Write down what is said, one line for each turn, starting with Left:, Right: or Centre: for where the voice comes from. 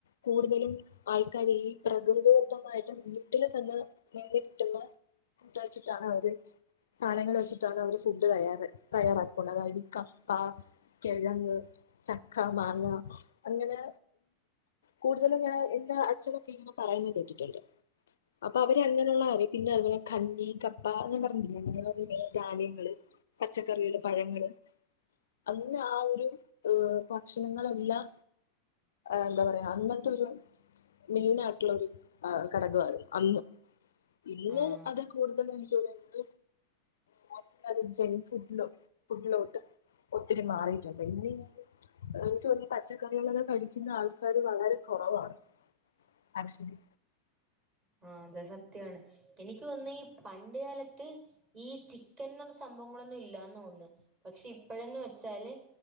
Left: കൂടുതലും ആൾക്കാര് ഈ പ്രകൃതിദത്തമായിട്ട് വീട്ടിൽ തന്നെ. <unintelligible> കിട്ടുന്ന ഫുഡ് വെച്ചിട്ടാണ് അവര്. സാധനങ്ങൾ വെച്ചിട്ടാണ് അവര് ഫുഡ് തയ്യാ തയ്യാറാക്കുന്നത് അതായത് കപ്പ. കിഴങ്ങ്, ചക്ക, മാങ്ങ അങ്ങനെ. കൂടുതലും ഞാൻ എന്റെ അച്ഛനൊക്കെ ഇങ്ങനെ പറയുന്നത് കേട്ടിട്ടുണ്ട്. അപ്പൊ അവര് അങ്ങനെയുള്ള പിന്നെ അതുപോലെ കഞ്ഞി, കപ്പ എന്ന പറഞ്ഞില്ലേ, അങ്ങനെയുള്ള വിന ധാന്യങ്ങള്. പച്ചക്കറികള്. പഴങ്ങള്, അന്ന് ആ ഒരു ഏഹ് ഭക്ഷണങ്ങളെല്ലാം. എന്താ പറയാ അന്നത്തൊരു മെയിനായിട്ടുള്ളൊരു ഘടകമായിരുന്നു അന്നും. ഇന്ന്
Right: ആഹ്
Left: അതിൽ കൂടുതൽ എനിക്കു വേണ്ടി. <unintelligible> ഫുഡിലോട്ട് ഒത്തിരി മാറിട്ടുണ്ട്. എനിക്ക് തോന്നുന്നു പച്ചക്കറികളൊക്കെ കഴിക്കുന്ന ആൾക്കാര് വളരെ കുറവാണ്. അത് ശരി.
Right: ആ അതെ സത്യാണ് എനിക്ക് വന്നി പണ്ട് കാലത്ത് ഈ ചിക്കൻ എന്നുള്ള സംഭവങ്ങളൊന്നും ഇല്ലന്ന് തോന്നുന്നു. പക്ഷെ ഇപ്പോഴന്ന് വെ വച്ചാല്